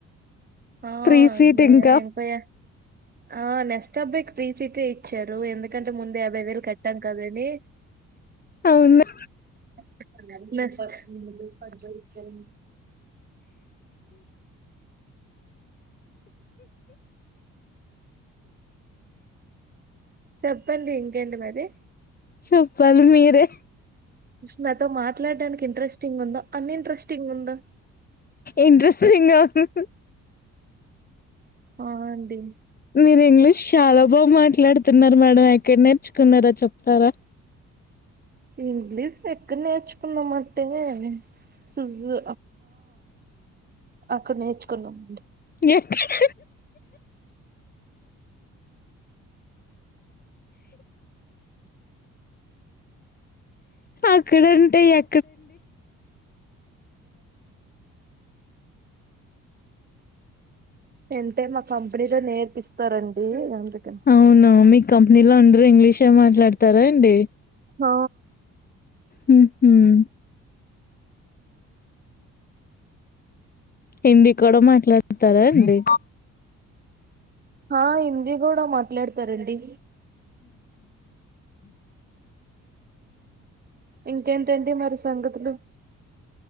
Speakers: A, on the right; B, on the left.
A: ఆ
B: ఫ్రీ సీట్
A: ఉంది
B: ఇంకా.
A: వెంకయ్య ఆ నెక్స్ట్ అబ్బాయికి ఫ్రీ సిటే ఇచ్చారు ఎందుకంటే ముందు యాభై వేలు కట్ కట్టాం కదండీ
B: అవునా?
A: ప్చ్ లేద్ సర్ దస్ పజ చెక్కడి చెప్పండి ఇంకేంటి మరి
B: చెప్పాలి మీరే
A: ఫస్ట్ నాతో మాట్లాడడానికి ఇంట్రెస్టింగ్ గా ఉందా అన్ఇంట్రెస్టింగ్ గా ఉందా
B: ఇంట్రెస్టింగ్ గా ఉంది
A: ఆ అండి
B: మీరు ఇంగ్లీష్ చాలా బా మాట్లాడుతున్నారు మేడం ఎక్కడ నేర్చుకున్నారా చెప్తారా
A: ఇంగ్లీష్ ఎక్కడ నేర్చుకున్నాం అంటేనే సజు అక్కడ నేర్చుకున్నామ అండి
B: ఎక్కడ అక్కడ అంటే ఎ
A: ఎంటే మా కంపెనీతో నేర్పిస్తారండి అందుకని
B: అవును మీ కంపెనీలో ఉండ ఇంగ్లీష్ ఏ మాట్లాడతారా అండి
A: హ
B: హుహు. హిందీ కూడా మాట్లాడతారా అండి
A: ఆ హిందీ కూడా మాట్లాడతారండి ఇంకేంటండి మరి సంగతులు